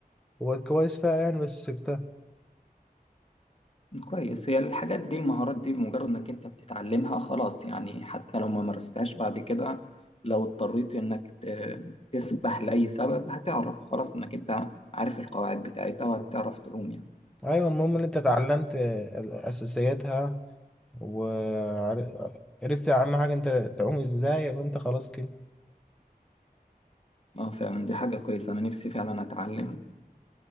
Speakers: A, in the centre; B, on the left.
A: وبقيت كويس فيها يعني بس سبتها
B: كويس هي الحاجات دي المهارات دي بمجرد انك انت بتتعلمها خلاص يعني حتى لو ما مارستهاش بعد كده لو اضطريت انك ت- تسبح لأي سبب هتعرف خلاص انك انت عارف القواعد بتاعتها وهتعرف تعوم يعني
A: ايوه المهم ان انت اتعلمت آه، اساسياتها وعرفت اهم حاجة انت تعوم ازاي يبقى انت خلاص كده
B: اه فعلا دي حاجة كويسة انا نفسي فعلا اتعلم